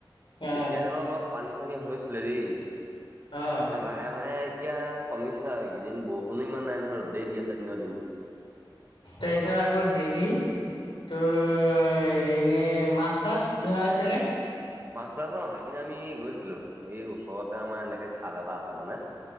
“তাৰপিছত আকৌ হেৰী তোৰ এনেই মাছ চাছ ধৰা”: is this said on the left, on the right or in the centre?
Left